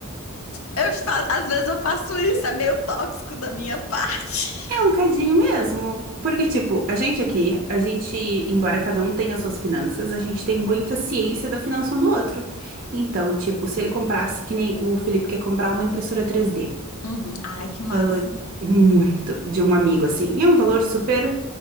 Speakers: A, on the left; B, on the right.
A: Eu fa- Às vezes eu faço isso, é meio tóxico da minha <laughs> parte.
B: é um cadinho mesmo. Porque, tipo, a gente aqui, a gente, embora cada um tenha suas finanças, a gente tem muita ciência da finança um do outro. Então, tipo, se ele comprasse, que nem o Felipe quer comprar uma impressora três d
A: Uhum. Ai, que massa.
B: Ah, muito de um amigo, assim. E é um valor super.